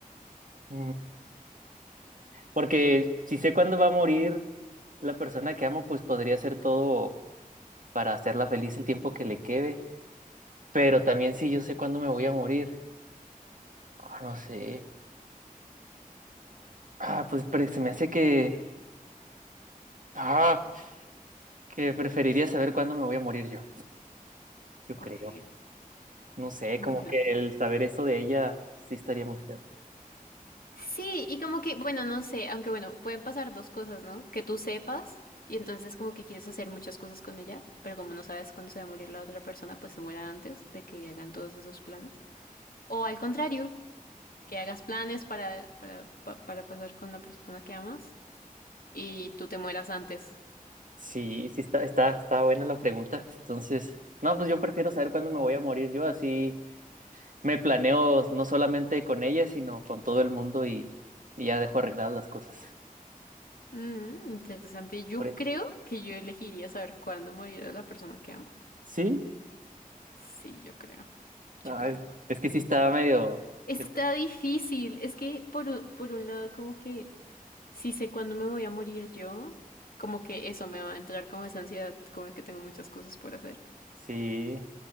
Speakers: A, on the right; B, on the left.
A: Mm, Porque si sé cuándo va a morir la persona que amo, pues podría hacer todo para hacerla feliz el tiempo que le quede. Pero también si yo sé cuándo me voy a morir. Ah, no sé. Ah, pues pre- se me hace que... Ah, que preferiría saber cuándo me voy a morir yo. Yo creo.
B: Ok,
A: No sé,
B: bueno.
A: como que el saber eso de ella sí estaría muy feo.
B: Sí, y como que, bueno, no sé, aunque bueno, pueden pasar dos cosas, ¿no? Que tú sepas y entonces como que quieres hacer muchas cosas con ella, pero como no sabes cuándo se va a morir la otra persona, pues se muera antes de que hagan todos esos planes. O al contrario, que hagas planes para, para, pa- para pasar con la persona que amas y tú te mueras antes.
A: Sí, sí está, está, está buena la pregunta. Entonces, no, pues yo prefiero saber cuándo me voy a morir yo así. me planeo no solamente con ella, sino con todo el mundo y, y ya dejo arregladas las cosas.
B: Mm, interesante. Yo
A: Por- e-,
B: creo que yo elegiría saber cuándo morirá la persona que amo.
A: Sí,
B: Sí, yo creo,
A: ay,
B: yo creo.
A: es que sí está medio...
B: Está
A: de-
B: difícil. Es que por, u- por un lado, como que si sé cuándo me voy a morir yo, como que eso me va a entrar como esa ansiedad, como que tengo muchas cosas por hacer.
A: Sí,